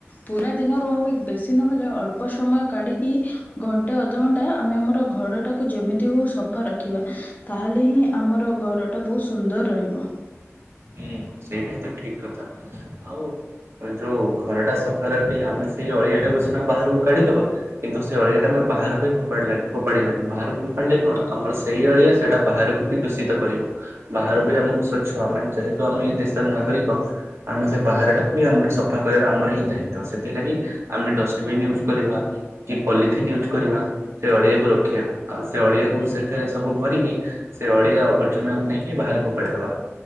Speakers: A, on the left; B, on the right.
A: ପୁରା ଦିନରୁ ଆମେ ବେଶୀ ନହେଲେ ଅଳ୍ପ ସମୟ କାଢିକି ଘଣ୍ଟେ ଅଧଘଣ୍ଟା ଆମେ ଆମର ଘରଟାକୁ ଯେମିତି ହଉ ସଫା ରଖିବା। ତାହେଲେ ହିଁ ଆମର ଘର ଟା ବହୁତ ସୁନ୍ଦର ରହିବ।
B: ହୁଁ ସେଇଟା ହିଁ ଠିକ କଥା ଆଉ ଯୋଉ ଘରଟା ସଫା ରଖିଲେ ଆମେ ସେଇ ଅଳିଆଟାକୁ ସିନା ବାହାରକୁ କାଢିଦବା। କିନ୍ତୁ ସେ ଅଳିଆଟା ଆମେ ବାହାରକୁ ହି ଫୋ ଫୋପାଡିବାନି ବାହାରକୁ ଫୋପାଡିଲେ କଣ ଆମର ସେଇ ଅଳିଆ ସେଇଟା ବାହାରକୁ ଦୂଷିତ କରିବ ବାହାର ବି ଆମକୁ ସ୍ୱଚ୍ଛ ଆମେ ଯେହେତୁ ଆମେ ଏଇ ଦେଶର ନାଗରିକ ଆମେ ସେ ବାହାରଟାକୁ ବି ଆମର ସଫା କରିବା ଆମର ହିଁ ଦାୟିତ୍ୱ ସେଥିଲାଗି ଆମେ ଡଷ୍ଟବିନ୍ ୟୁଜ୍ କରିବା। କି ପଲିଥିନ୍ ୟୁଜ୍ କରିବା ସେ ଅଳିଆକୁ ରଖିବାକୁ ଆଉ ସେ ଅଳିଆକୁ ସେଥିରେ ସବୁ ଭରିକି ସେ ଅଳିଆ ଆବର୍ଜନାଙ୍କୁ ନେଇକି ବାହାରେ ଫୋପାଡ଼ିଦବା।